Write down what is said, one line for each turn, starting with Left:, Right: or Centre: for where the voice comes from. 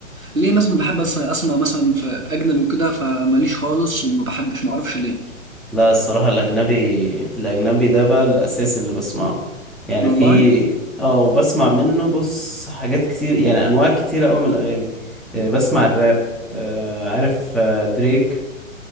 Right: ليه مثلا بحب أس- أسمع مثلا في أجنبي وكده فماليش خالص وما بحبش معرفش ليه
Centre: لا الصراحة الأجنبي الأجنبي ده بقى الأساس اللي بسمعه يعني
Right: والله
Centre: في اه وبسمع منه بص حاجات كتير يعني أنواع كتير أوي من الأغاني آه، بسمع الراب آه، عارف آه، دريك